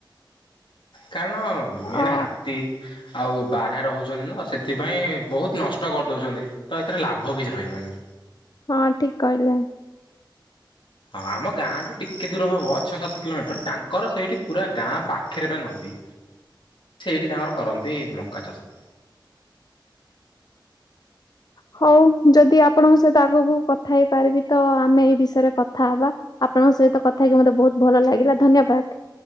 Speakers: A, on the left; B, on the left.
A: କାରଣ ମେନ୍
B: ଓ
A: ହାତୀ ଆଉ ବାରହା ରହୁଚନ୍ତିତ ସେଥିପାଇଁ ବହୁତ୍ ନଷ୍ଟ କରିଦଉଚନ୍ତି। ତ ଏଥିରେ ଲାଭ କିଛି ରହିବନି।
B: ହଁ ଠିକ୍ କହିଲେ।
A: ହଁ ଆମ ଗାଁଠୁ ଟିକେ ଦୂର ହବ ଛଅ ସାତ କିଲୋମିଟର ତାଙ୍କର ସେଇଠି ପୁରା ଗାଁ ପାଖରେ ପୁରା ନଦୀ।
B: <inaudible>
A: ସେଇଠି ତାଙ୍କର କରନ୍ତି ମକା ଚାଷ।
B: ହଉ ଯଦି ଆପଣଙ୍କ ସହିତ ଆଗକୁ କଥା ହେଇପାରିବିତ ଆମେ ଏଇ ବିଷୟରେ କଥା ହବା। ଆପଣଙ୍କ ସହିତ କଥାହେଇକି ମତେ ବହୁତ୍ ଭଲ ଲାଗିଲା ଧନ୍ୟବାଦ।